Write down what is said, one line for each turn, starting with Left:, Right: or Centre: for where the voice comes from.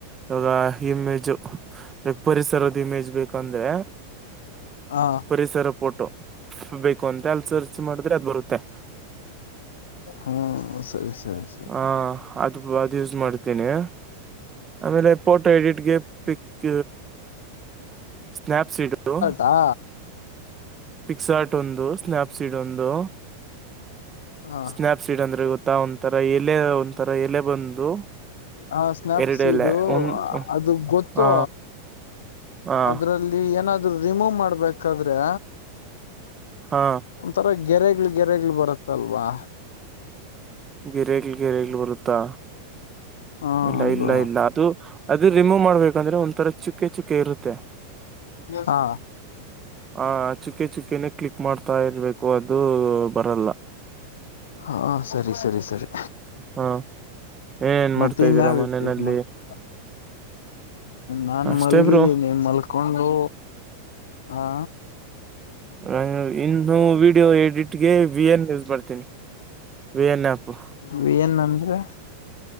Right: ಇವಾಗ ಇಮೇಜು ಇವಾಗ್ ಪರಿಸರದ್ ಇಮೇಜ್ ಬೇಕಂದ್ರೆ.
Left: ಹಾ
Right: ಪರಿಸರ ಫೋಟೋ ಬೇಕು ಅಂದ್ರೆ ಅಲ್ ಸರ್ಚ್ ಮಾಡಿದ್ರೆ ಅದ್ ಬರುತ್ತೆ.
Left: ಹ್ಮ ಸರಿ ಸರಿ. ಸರಿ
Right: ಹಾ ಅದ್ ಅದ್ ಯೂಸ್ ಮಾಡ್ತಿನಿ. ಆಮೇಲೆ ಫೋಟೋ ಎಡಿಟ್ಗೆ ಪಿಕ್ ಸ್ನ್ಯಾಪ್ಸಿ ಹಿಡ್ದು.
Left: ಹಾ
Right: ಪಿಕ್ಸ ಆರ್ಟ್ ಒಂದು ಸ್ನಾಯಪ್ಸೀಡ್ ಒಂದು.
Left: ಹ
Right: ಸ್ನಪ್ ಸೀಡ್ ಅಂದ್ರೆ ಗೊತ್ತಾ ಒಂಥರ ಎಲೆ ಒಂಥರ ಎಲೆ ಬಂದು.
Left: ಹ ಸ್ನಾಯಪ್ಸೀಡು
Right: ಎರಡೆಲೆ ಒಂದ್
Left: ಅದು ಗೊತ್ತು
Right: ಹ ಹಾ
Left: ಅದ್ರಲ್ಲಿ ಏನಾದ್ರು ರಿಮೂವ್ ಮಾಡ್ಬೇಕಾದ್ರೆ.
Right: ಹಾ
Left: ಒಂಥರ ಗೆರೆಗ್ಗಳ್ ಗೆರೆಗ್ಗಳ್ ಬರುತ್ತಲ್ವಾ.
Right: ಗೆರಗ್ಲ್ ಗೆರೆಗ್ಗಳು ಬರುತ್ತಾ
Left: ಹ
Right: ಇಲ್ಲ
Left: ಹೌದು
Right: ಇಲ್ಲ ಇಲ್ಲ ಅದು ಅದು ರಿಮೂವ್ ಮಾಡ್ಬೇಕಂದ್ರೆ ಒಂಥರ ಚುಕ್ಕೆ ಚುಕ್ಕೆ ಇರುತ್ತೆ.
Left: ಹಾ
Right: ಹ ಚುಕ್ಕೆ ಚುಕ್ಕೆನೆ ಕ್ಲಿಕ್ ಮಾಡ್ತಾ ಇರ್ಬೇಕು ಅದು ಬರಲ್ಲ.
Left: ಹಾ ಸರಿ ಸರಿ ಸರಿ.
Right: ಹ ಏನ್
Left: ಮತಿನ್ಯಾವ್
Right: ಮಾಡ್ತಾ ಇದ್ದೀರಾ ಮನೆಯಲ್ಲಿ
Left: ಯೂಸ್ ಮಾಡ್ತಿಪ. ನಾನ್
Right: ಅಷ್ಟೇ
Left: ಮಲ್ಗಿದ್ದೀನಿ
Right: ಬ್ರೋ
Left: ಮಲ್ಕೊಂಡು ಹಾ.
Right: ಹ ಇನ್ನು ವಿಡಿಯೋ ಎಡಿಟ್ಗೆ ವಿ ಎನ್ ಯೂಸ್ ಮಾಡ್ತೀನಿ V N app.
Left: V N ಅಂದ್ರೆ?